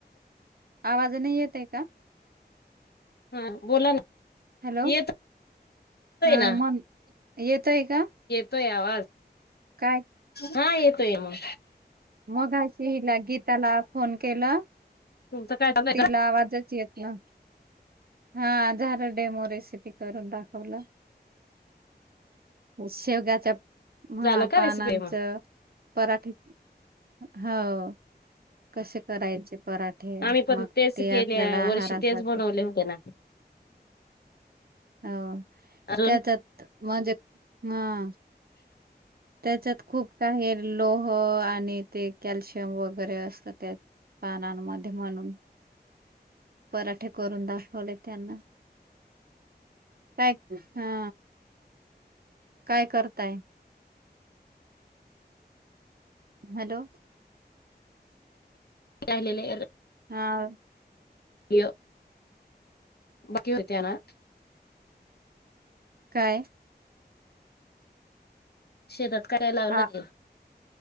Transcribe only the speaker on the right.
आवाज नाही येते का....
हॅलो
हा
मग येतोय का.
काय
मगा शहीला गीताला फोन केला...
तिला आवाजाच येत ना... हा झालं डेमो रेसिपी करून दाखवलं शेवग्याच्या म
पानांचं
पराठे. हो कसे करायचे. पराठे
मग
ते
आपल्याला आहारासाठी.....
हा....
त्याच्यात मज हा. त्याच्यात खूप काही लोह आणि ते कॅल्शियम वगैरे असत त्यात.... पानांमध्ये म्हणून.... पराठे करून दाखवले त्यांना... काय हा...... काय करताय. हॅलो!
हा.
काय?
आ